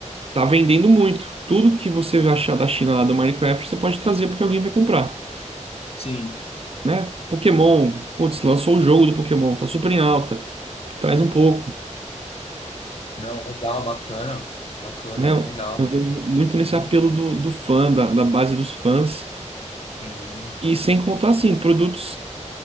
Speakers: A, on the right; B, on the left.
A: Tá vendendo muito. Tudo que você achar da China lá do Minecraft, você pode trazer porque alguém vai comprar,
B: sim.
A: né? Pokémon, putz, lançou o jogo do Pokémon, tá super em alta. Traz um pouco,
B: Não, legal, bacana, bacana,
A: né?
B: bem legal.
A: Eu vejo muito nesse
B: Sim,
A: apelo do, do fã, da, da base dos fãs.
B: sim.
A: E sem contar, assim, produtos